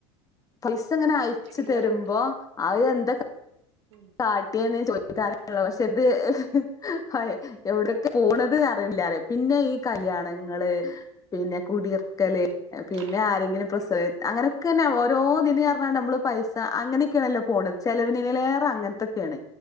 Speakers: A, on the left; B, on the right.
A: പൈസങ്ങനെ അയച്ചു
B: ഇങ്ങള്
A: തരുമ്പോ അത് എന്താ ക
B: ഉം
A: കാട്ടിയേനെ ചോ <unintelligible> പക്ഷെ ഇത് <unintelligible> എവിടൊക്കെ പോണത് അറിയണില്ലാല്ലേ പിന്നെ ഈ കല്യാണങ്ങള് പിന്നെ കുടിയർക്കല് പിന്നെ
B: ഉം
A: ആരെങ്കിലും പ്രസവ അങ്ങനൊക്കെന്നെ
B: ആഹ്
A: ഓരോ ഇതിനും ന നമ്മള് പൈസ അങ്ങനെയൊക്കെയാണല്ലോ പോണത് ചെലവിനെലേറെ അങ്ങനത്തൊക്കെയാണ്